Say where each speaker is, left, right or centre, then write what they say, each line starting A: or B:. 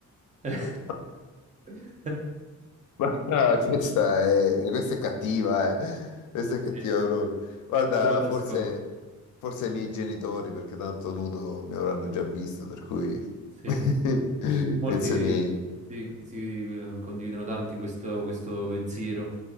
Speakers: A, on the right (about 25°); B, on the left (about 75°).
A: <laughs>
B: Oh, ma- ah, questa è, questa è cattiva, eh. Questa è cattiva
A: Sì,
B: proprio. Guarda,
A: domanda
B: forse,
A: scomoda.
B: forse i miei genitori, perché tanto nudo mi avranno già visto, per cui
A: Sì.
B: <laughs>
A: Molti
B: penso ai miei.
A: si, si eh, condividono tanti questo, questo pensiero